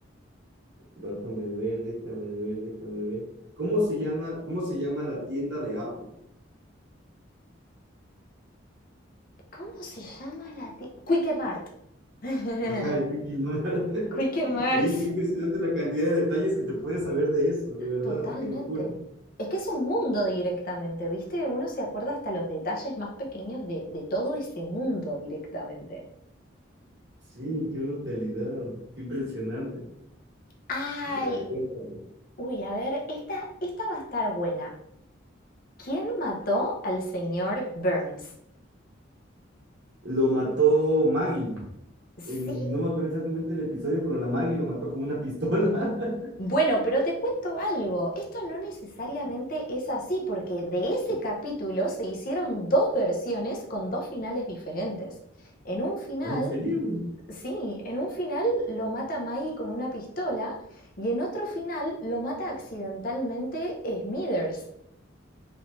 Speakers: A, on the right; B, on the left.
A: déjame ver, déjame ver, déjame ver. ¿Cómo se llama, cómo se llama la tienda de Apple?
B: ¿Cómo se llama la tienda? Quique Mart. <laughs>
A: Ajá, el Quickie Mart. <laughs>
B: Quique Mart.
A: Oye, qué impresionante la cantidad de detalles que te puedes saber de eso, de verdad,
B: Totalmente.
A: qué locura.
B: Es que es un mundo directamente, ¿viste? Uno se acuerda hasta los detalles más pequeños de, de todo ese mundo directamente.
A: Sí, qué brutalidad, qué impresionante.
B: Ay,
A: Ya, a ver, cuéntame.
B: uy, a ver, esta, esta va a estar buena. ¿Quién mató al señor Burns?
A: lo mató Maggie.
B: Sí
A: En, no me acuerdo exactamente el episodio, pero la Maggie lo mató con una pistola. <laughs>
B: Bueno, pero te cuento algo, esto no necesariamente es así, porque de ese capítulo se hicieron dos versiones con dos finales diferentes. En un final,
A: ah, ¿en serio?
B: sí, en un final lo mata Maggie con una pistola y en otro final lo mata accidentalmente Smithers.